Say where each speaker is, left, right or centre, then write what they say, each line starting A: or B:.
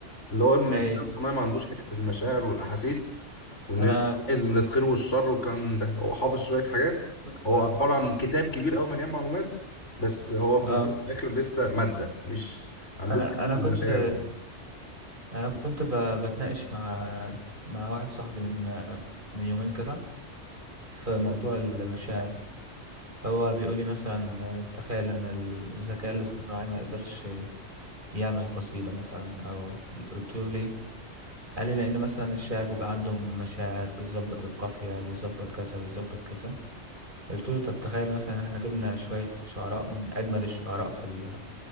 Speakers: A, on the left; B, on the right.
A: اللي هو ان الذكاء
B: اي
A: الصناعي ما عندوش حته المشاعر والاحاسيس وانه
B: انا
A: يعرف يميز بين الخير والشر والكلام من ده هو حافظ شويه حاجات
B: كنت
A: هو عباره عن كتاب كبير قوي مليان معلومات بس هو في
B: اه
A: الاول والاخر لسه ماده مش ما عندوش
B: انا
A: حته
B: انا
A: المشاعر
B: كنت
A: والاحاسيس
B: انا كنت ب... بتناقش مع مع واحد صاحبي من من يومين كده في موضوع المشاعر هو بيقول لي مثلا تخيل ان الذكاء الاصطناعي ما يقدرش يعمل قصيده مثلا او قلت له ليه قال لي لان مثلا الشاعر بيبقى عنده مشاعر بيظبط القافيه بيظبط كذا بيظبط كذا قلت له طب تخيل مثلا إن احنا جبنا شوية شعراء من أجمد الشعراء في ال...